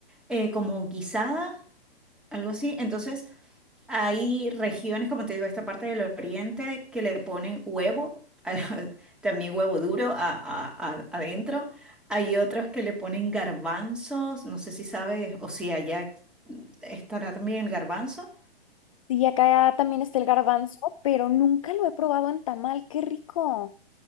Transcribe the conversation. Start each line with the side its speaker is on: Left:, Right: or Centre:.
Centre: eh, como guisada, algo así. Entonces, hay regiones, como te digo, esta parte del oriente que le ponen huevo, <laughs> también huevo duro a- a- a- adentro. Hay otros que le ponen garbanzos, no sé si sabes o si allá estará también el garbanzo.
Left: Sí, acá también está el garbanzo, pero nunca lo he probado en tamal. ¡Qué rico!